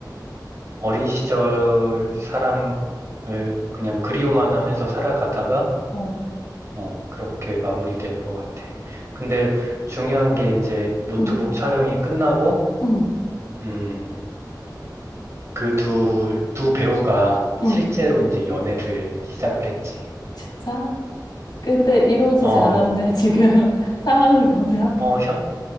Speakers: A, on the right; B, on the left.
A: 어린 시절 사랑을 그냥 그리워만 하면서 살아가다가,
B: 어,
A: 어, 그렇게 마무리되는 것 같아. 근데 중요한 게 이제 노트북
B: 응,
A: 촬영이 끝나고,
B: 응,
A: 음, 그 두, 두 배우가
B: 응.
A: 실제로 이제 연애를 시작을 했지.
B: 진짜? 근데 이루어지지
A: 어,
B: 않았네, 지금 <laughs> 상황을 보면.
A: 어, 현,